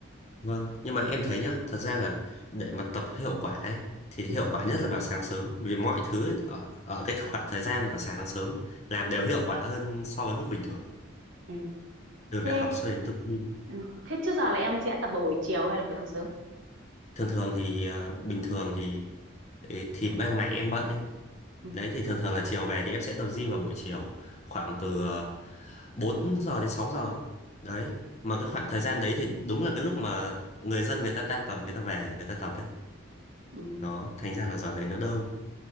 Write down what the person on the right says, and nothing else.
ừ,
ừ.
thế
ừ. thế trước giờ là em sẽ tập vào buổi chiều hay là buổi sáng sớm
ừ,
ừ,